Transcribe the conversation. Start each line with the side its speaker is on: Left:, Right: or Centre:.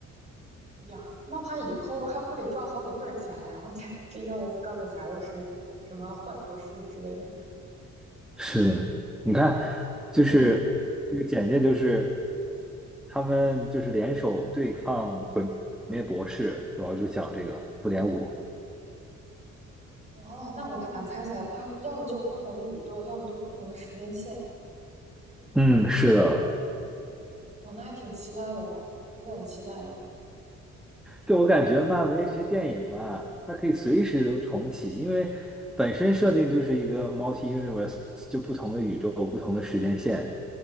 Right: 哎呀，那他以后还不得赚好几份儿钱呀？<laughs> 这这又是钢铁侠又是什么坏博士之类的，
Centre: 是的，你看，就是这个简介，
Right: 嗯。
Centre: 就是他们就是联手对抗毁灭博士，主要就讲这个复联五。
Right: 哦，那我大胆猜猜，它要么就是不同的宇宙，要么就是不同的时间线。
Centre: 嗯，是的，
Right: 哦，那还挺期待的哦，有点期待哦。
Centre: 对，我感觉漫威这些电影嘛，它可以随时都重启，因为本身设定就是一个 multi universe，就不同的宇宙、不同的时间线。